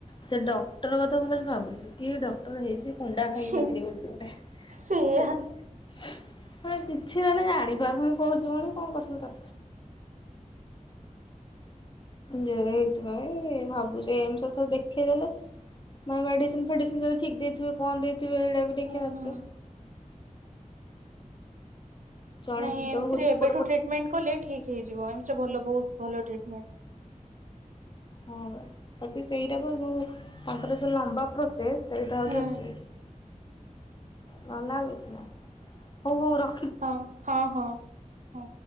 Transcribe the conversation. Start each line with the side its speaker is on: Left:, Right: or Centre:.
Left: ସେ ଡକ୍ଟର କଥା ମୁଁ ଖାଲି ଭାବୁଚି କି ଡକ୍ଟର ହେଇଚି କୁଣ୍ଡା
Right: ହୁଁ,
Left: <unintelligible> କିଛି
Right: ସେଇଆ
Left: ମାନେ ଜାଣି <unintelligible> କହୁଚି କଣ କଁ କରୁଥିବ ତ। ଯ ଏଇଥିପାଇଁ ଭାବୁଚି ଏମସ୍ ରେ ଥରେ ଦେଖେଇ ଦେଲେ। ମାନେ ମେଡିସିନ ଫେଡିସିନ ଯଦି ଠିକ ଦେଇଥିବେ କଣ ଦେଇଥିବେ ଏଇଟା ବି ଦେଖିବା
Right: ହୁଁ
Left: ଦରକାର।
Right: ହୁଁ।
Left: ଜଣେ
Right: ନାଇଁ
Left: ଦି
Right: ଏମ୍ସରେ
Left: ଜଣଙ୍କୁ ରିପୋର୍ଟ
Right: ଏବେଠୁ
Left: ପଠେଇ
Right: ଟ୍ରିଟମେଣ୍ଟ କଲେ ଠିକ ହେଇଯିବ ଏମ୍ସ ରେ ଭଲ ବହୁତ ଭଲ ଟ୍ରିଟମେଣ୍ଟ।
Left: ହଁ ବା ବାକି ସେଇଟା ଯୋଉ ତାଙ୍କର ଯୋଉ ଲମ୍ବା ପ୍ରୋସେସ ସେଇଟା ହଉଚି
Right: ହୁଁ
Left: ଅସୁବିଧା। ଭଲ ଲାଗୁଛି ନା ହଉ ହଉ ର
Right: ହଁ-ହଁ-ହଁ-ହଁ।